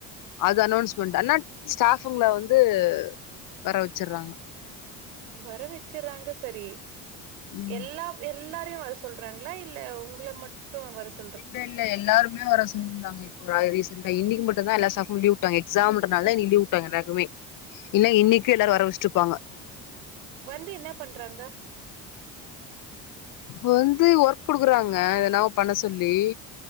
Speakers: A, on the left; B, on the right.
A: அது அனௌன்ஸ்மெண்ட் ஆனா ஸ்டாஃபுங்கல வந்து வர வச்சட்றாங்க
B: வர வச்சுறாங்க சரி
A: ம்
B: எல்லா எல்லாரையு வர சொல்றாங்களா இல்ல உங்கள மட்டு வர சொ
A: இல்ல இல்ல எல்லாருமே வர சொல்லியிருந்தாங்க இப் ரீசண்டா இன்னைக்கு மட்டு தா எல்லா ஸ்டாஃப்புக்கு லீவுட்டாங் எக்ஸாம்ன்றனாலதா இன்னைக்கு லீவுட்டாங்க எல்லாருக்குமே இல்ல இன்னைக்கு எல்லாரு வர வச்சிட்டுருப்பாங்க
B: வந்து என்ன பண்றாங்க
A: வந்து ஒர்க் குடுக்குறாங்க அதென்னவோ பண்ண சொல்லி